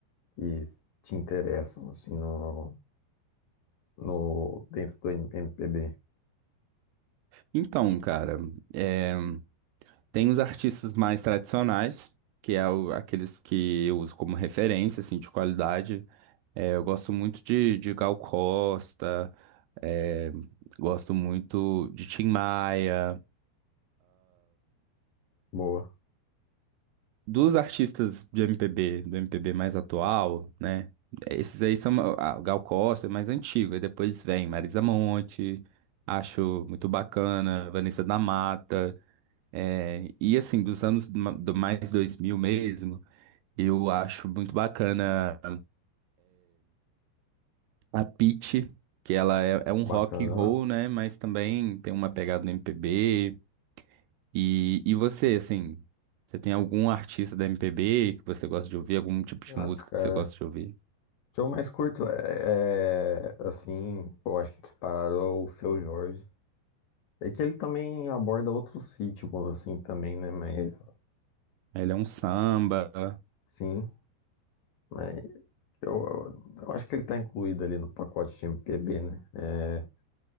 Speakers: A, on the left; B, on the right.
A: que te interessam assim no, no dentro do MPB?
B: Então, cara, é, tem os artistas mais tradicionais, que é o- aqueles que eu uso como referência, assim, de qualidade. É, eu gosto muito de, de Gal Costa, é, gosto muito de Tim Maia.
A: Boa,
B: Dos artistas de MPB, do MPB mais atual, né? Esses aí são ah, o Gal Costa, é mais antigo. Aí depois vem Marisa Monte, acho muito bacana, Vanessa da Mata. é, e assim, dos anos ma- do mais 2000 mesmo, eu acho muito bacana a Pitty, que ela é, é um
A: bacana.
B: rock and roll, né? Mas também tem uma pegada no MPB. E, e você, assim, você tem algum artista da MPB que você gosta de ouvir? Algum tipo de
A: Ah,
B: música
A: cara,
B: que você gosta de ouvir?
A: o que eu mais curto é, é, assim, eu acho que disparado é o Seu Jorge. É que ele também aborda outros ritmos assim também, né? Mas
B: Ele é um samba.
A: sim, mas eu, eu acho que ele tá incluído ali no pacote de MPB, né? É,